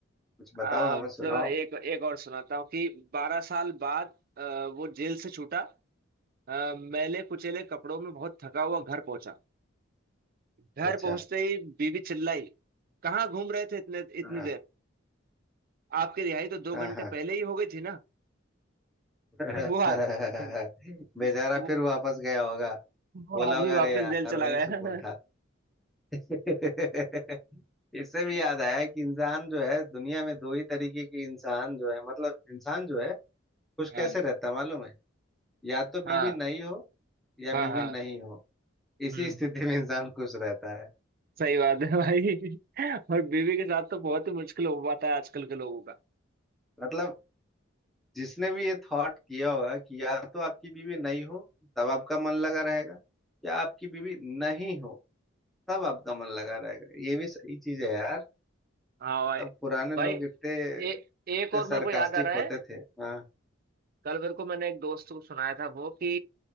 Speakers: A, in the centre; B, on the right.
A: कुछ बताओ
B: आ,
A: हमें सुनाओ
B: चलो एक एक और सुनाता हूँ कि बारह साल बाद आ, वो जेल से छूटा आ, मैले कुचेले कपड़ों में बहुत थका हुआ घर पहुंचा घर
A: अच्छा
B: पहुंचते ही बीवी चिल्लाई कहाँ घूम रहे थे इतने इतनी
A: हाँ
B: देर आपकी रिहाई तो दो
A: हाँ
B: घंटे
A: हाँ
B: पहले ही हो गई थी ना
A: <laughs>
B: वो आ, वो,
A: बेचारा
B: वो
A: फिर वापस गया होगा
B: वो
A: बोला
B: आदमी
A: होगा अरे
B: वापस
A: यार
B: जेल चला
A: वही
B: गया
A: सुकून था <laughs> इससे भी याद आया कि इंसान जो है दुनिया में दो ही तरीके के इंसान जो है मतलब इंसान जो है खुश
B: हाँ
A: कैसे रहता है मालूम है या तो
B: हाँ
A: बीवी नहीं हो या
B: हाँ
A: बीवी
B: हाँ
A: नहीं हो इसी
B: हम्म
A: स्थिति में इंसान खुश रहता है
B: सही बात है भाई और बीवी के साथ तो बहुत ही मुश्किल हो पाता है आजकल के लोगों
A: मतलब जिसने भी ये थॉट किया होगा कि या तो आपकी बीवी नहीं हो तब आपका मन लगा रहेगा या आपकी बीवी नहीं हो तब आपका मन लगा रहेगा ये भी सही चीज है यार
B: हाँ
A: मतलब
B: भाई
A: पुराने
B: भाई
A: लोग इतने
B: ए, एक
A: इतने
B: और
A: सरकास्टिक
B: मेरे को याद आ रहा
A: होते
B: है
A: थे हाँ
B: कल मेरे को मैंने एक दोस्त को सुनाया था वो कि